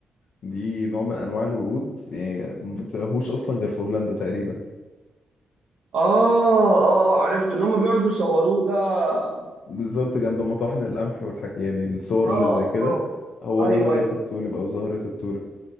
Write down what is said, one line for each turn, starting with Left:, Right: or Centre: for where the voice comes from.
Left: دي نوع من انواع الورود يعني ما بتلاقيهوش اصلا غير في هولندا تقريبا
Right: اه اه عرفت اللي هم بيقعدوا يصوروه ده اه
Left: بالظبط جنب مطاحن القمح والح... يعني الصور
Right: اه
Left: اللي زي كده هو
Right: ايوه
Left: ده نبات التوليب او زهرة التوليب